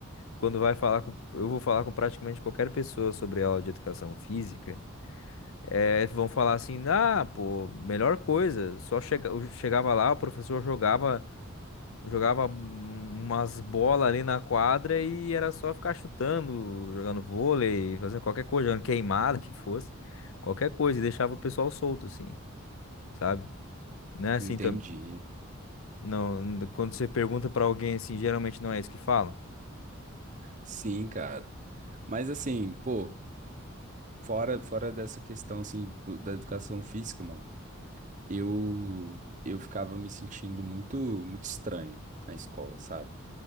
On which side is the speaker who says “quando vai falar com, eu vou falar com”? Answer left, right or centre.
Left